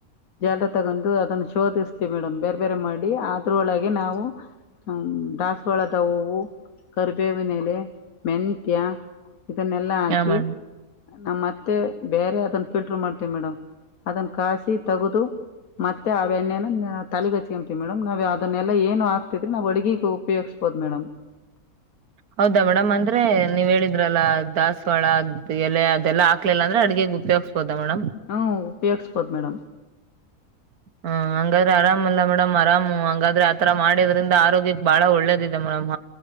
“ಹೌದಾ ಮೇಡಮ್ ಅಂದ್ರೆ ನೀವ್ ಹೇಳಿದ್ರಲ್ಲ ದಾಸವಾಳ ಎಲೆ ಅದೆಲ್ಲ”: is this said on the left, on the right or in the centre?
Right